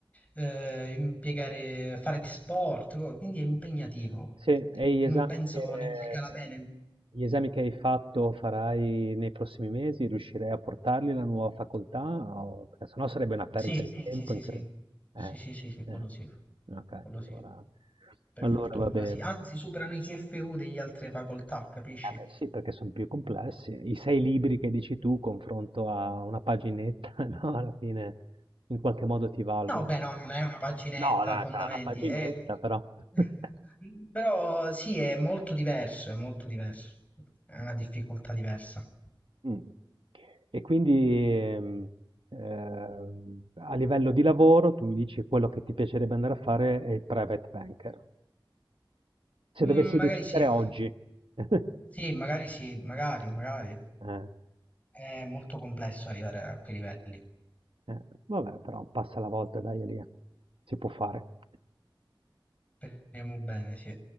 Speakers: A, on the left; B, on the right.
A: eh, impiegare, fare sport, quindi è impegnativo
B: Sì, e gli
A: e
B: esami
A: non penso
B: che,
A: ne valga la
B: che-
A: pena.
B: gli esami che hai fatto farai nei prossimi mesi, riuscirei a portarli alla nuova facoltà? O- Perché sennò sarebbe una perdita
A: Sì,
B: Sì.
A: sì,
B: di tempo
A: sì, sì,
B: incredibile.
A: sì,
B: Eh,
A: sì, sì, sì, sì, quello
B: eh.
A: sì,
B: Ok,
A: quello sì,
B: allora,
A: per
B: allora
A: fortuna
B: va bene.
A: sì. Anzi, superano i CFU degli altre facoltà, capisci?
B: Eh beh, sì, perché sono più complessi. I sei libri che dici tu, confronto a una paginetta, <laughs> no? Alla fine in qualche modo ti valgono.
A: No, beh, no, non è una paginetta,
B: No, no,
A: fondamenti,
B: sarà una paginetta,
A: è-
B: però.
A: <laughs>
B: <laughs>
A: però sì, è molto diverso, è molto diverso, è una difficoltà diversa.
B: Mh. E quindi, ehm, ehm, a livello di lavoro tu mi dici quello che ti piacerebbe andare a fare è il private banker. Se
A: Mm,
B: dovessi
A: magari
B: decidere
A: sì, eh,
B: oggi. <laughs>
A: sì, magari sì, magari, magari.
B: Eh,
A: È molto complesso arrivare a quei livelli.
B: eh. Vabbè però passa la volta dai Elia, si può fare.
A: Speriamo bene, sì.